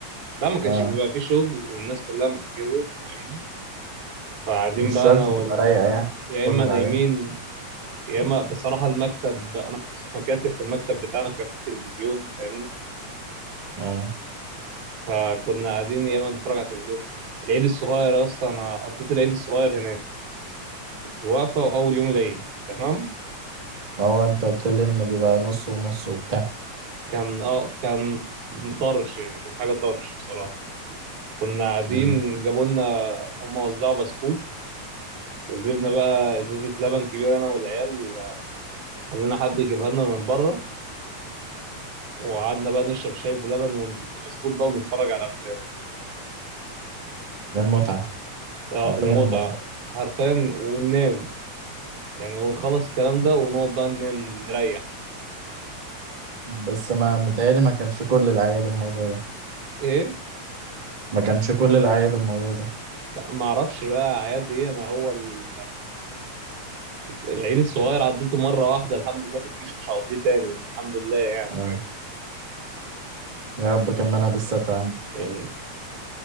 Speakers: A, on the right; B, on the right.
A: لا ما كانش
B: آه،
A: بيبقى فيه شغل والناس كلها مركزه فاهمني فقاعدين
B: مش
A: بقى
B: شرط
A: انا وال...
B: تبقى رايقه يعني
A: يا
B: مش كل
A: اما
B: العيال
A: نايمين يا اما بصراحه المكتب انا كنت في مكاتب في المكتب بتاعنا كان في تلفزيون فاهمني
B: اه
A: فكنا قاعدين يا اما نتفرج على التلفزيون العيد الصغير يا اسطى انا قضيت العيد الصغير هناك الوقفه واول يوم العيد تمام
B: ما هو انت قلت لي ان بيبقى نص ونص وبتاع
A: كان اه كان طرش يعني كانت حاجه طرش بصراحه كنا قاعدين
B: امم
A: جابوا لنا هم وزعوا بسكوت وجبنا بقى ازازه لبن كبيره انا والعيال خلينا حد يجيبها لنا من بره وقعدنا بقى نشرب شاي بلبن ونسقي بسكوت بقى ونتفرج على افلام
B: ده المتعه
A: اه
B: حرفيا
A: المتعه
B: المتعه
A: حرفيا وننام يعني ونخلص الكلام ده ونقعد بقى ننام نريح
B: بس ما متهيألي ما كانش كل الأعياد الموضوع ده
A: ايه
B: ما كانش كل الأعياد الموضوع ده
A: لا ما اعرفش بقى اعياد ايه انا هو ال- العيد الصغير عديته مره واحده الحمد لله في الجيش مش هعديه تاني الحمد لله يعني
B: آه. يا رب كملها بالستر عندي
A: يعني